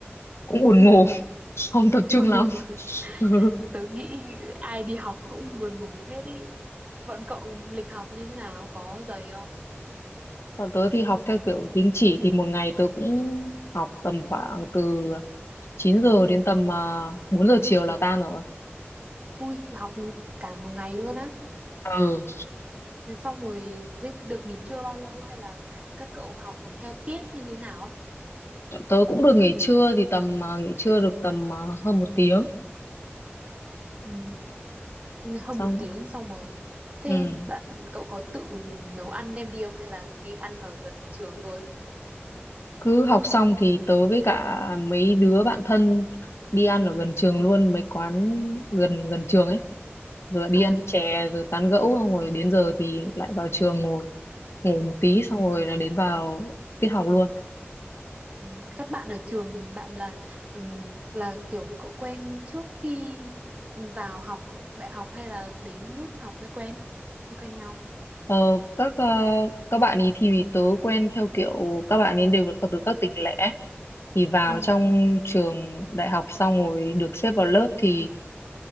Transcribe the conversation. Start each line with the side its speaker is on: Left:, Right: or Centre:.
Left: cũng buồn ngủ không tập trung
Right: buồn
Left: lắm
Right: ngủ. <laughs>
Left: <laughs> Ừ.
Right: Tớ nghĩ ai đi học cũng buồn ngủ hết ý. Bọn cậu lịch học như thế nào? Có dày không?
Left: còn tớ thì học theo kiểu tín chỉ thì một ngày tớ cũng học tầm khoảng từ 9 giờ đến tầm à, 4 giờ chiều là tan rồi
Right: Ui, học cả một ngày luôn á.
Left: ừ
Right: Thế xong rồi thế được nghỉ trưa bao lâu hay là các cậu học theo tiết hay như nào á?
Left: tớ cũng được nghỉ trưa thì tầm à, nghỉ trưa được tầm à, hơn một tiếng
Right: Ừ. hơn
Left: xong
Right: một tiếng xong rồi thế
Left: ừ
Right: bạn cậu có tự nấu ăn đem đi không hay là đi ăn ở gần trường luôn
Left: cứ học xong thì tớ với cả mấy đứa bạn thân đi ăn ở gần trường luôn mấy quán gần gần trường ấy rồi lại đi
Right: Ờ,
Left: ăn chè rồi tán gẫu xong rồi đến giờ thì lại vào trường ngồi ngủ một tí
Right: ừ,
Left: xong rồi là đến vào tiết học luôn
Right: ừ. các bạn ở trường bạn là ừ, là kiểu cậu quen trước khi vào học đại học hay là đến lúc học mới quen mới quen nhau
Left: Ờ, các ờ, các bạn ấy thì tớ quen theo kiểu các bạn ấy đều là từ các tỉnh lẻ thì vào
Right: ừ.
Left: trong trường đại học xong rồi được xếp vào lớp thì